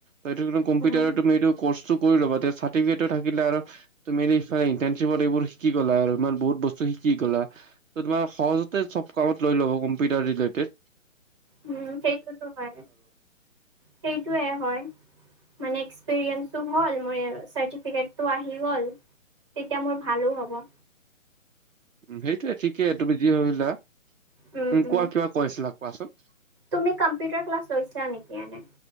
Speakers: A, on the right; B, on the right.
A: <unintelligible> কম্পিউটাৰত
B: উম,
A: তুমি এইটো কৰ্ছটো কৰি লবা তে চাৰ্টিফিকেটটো থাকিলে আৰু তুমি <unintelligible> ইন্টাৰশ্বিপত এইবোৰ শিকি গলা আৰু ইমান বহুত বস্তু শি কি ক'লা? ত তোমাৰ সহজতে চব কামত লৈ ল'ব কম্পিউটাৰ ৰিলেটেত।
B: উম সেইটোতো হয় সেইটোয়ে হয় মানে এক্সপিৰিয়েঞ্চো হ'ল, মোৰ চাৰ্টিফিকেটটো আহি গ'ল। তেতিয়া মোৰ ভালো হ'ব।
A: উ, সেইটোৱে ঠিকেই তুমি যি ভাবিলা। উ,
B: উম, উম,
A: কোৱা কিবা কৈ আছিলা, কোৱাচোন।
B: তুমি কম্পিউটাৰ ক্লাছ লৈছা নেকি? এনে?